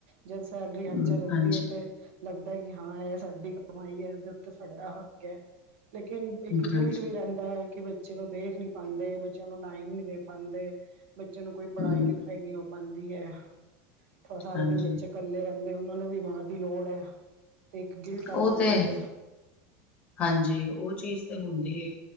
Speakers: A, on the right; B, on the left.
A: ਜਦੋ ਸੈਲਰੀ ਹੱਥ
B: ਹੂੰ
A: 'ਚ ਲਗਦੀ
B: ਹਾਂਜੀ
A: ਹੈ ਤੇ ਲੱਗਦਾ ਕਿ ਹਾਂ ਇਹ ਸਾਡੀ ਕਮਾਈ ਹੈ। ਇਦੇ ਉਤੇ ਸਾਡਾ ਹੱਕ ਹੈ। ਲੇਕਿਨ ਇਕ
B: ਹੂੰ
A: ਗਿਲਟ
B: ਹਾਂਜੀ
A: ਵੀ ਰਹਿਦਾ ਹੈ। ਕਿ ਬੱਚੇ ਨੂੰ ਦੇਖ ਨੀ ਪਾਂਦੇ ਬੱਚਿਆਂ ਨੂੰ ਟਾਈਮ ਨਹੀਂ ਦੇ ਪਾਂਦੇ ਬੱਚੇ ਨੂੰ ਕੋਈ ਪੜ੍ਹਾਈ
B: ਹੂੰ
A: ਲਿਖਾਈ ਨੀ ਹੋ ਪਾਂਦੀ ਹੈ ਥੋੜਾ ਸਾਰਾ
B: ਹਾਂਜੀ
A: ਦਿਨ ਬੱਚੇ ਇਕੱਲੇ ਰੈੰਦੇ ਉਹਨਾ ਨੂੰ ਵੀ ਮਾਂ ਦੀ ਲੋੜ ਹੈ ਤੇ ਇੱਕ ਗਿਲਟ ਆ
B: ਉਹ
A: ਜਾਂਦੀ
B: ਤੇ
A: ਹੈ।
B: ਹਾਂਜੀ ਉਹ ਚੀਜ਼ ਤਾਂ ਹੁੰਦੀ ਹੈ।